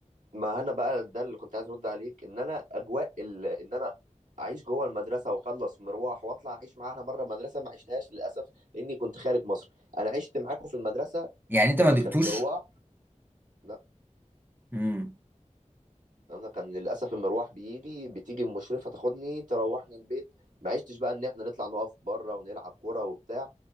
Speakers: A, on the right; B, on the right.
A: ما انا بقى ده اللي كنت عايز ارد عليك ان انا اجواء ال... ان انا اعيش جوه المدرسه واخلص مروح واطلع اعيش معاها مره مدرسه ما عشتهاش للاسف لاني كنت خارج مصر انا عشت معاكم في المدرسه
B: يعني انت
A: اللي
B: ما دقتوش
A: كان مروح لا
B: امم
A: انا كان للاسف المروح بيجي بتيجي المشرفه تاخدني تروحني البيت ما عشتش بقى ان احنا نطلع نقف بره ونلعب كوره وبتاع